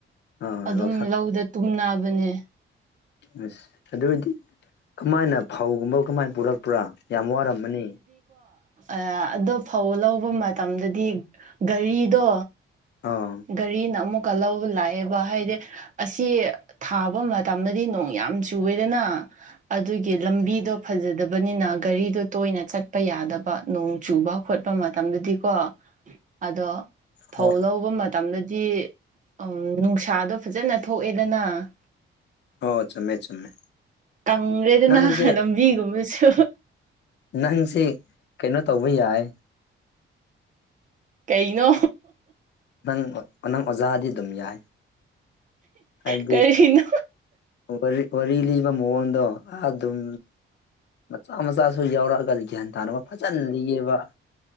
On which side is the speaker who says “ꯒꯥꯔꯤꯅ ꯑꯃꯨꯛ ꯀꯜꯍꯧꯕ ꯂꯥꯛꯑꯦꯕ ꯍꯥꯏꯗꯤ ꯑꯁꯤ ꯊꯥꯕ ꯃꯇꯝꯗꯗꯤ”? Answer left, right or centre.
Right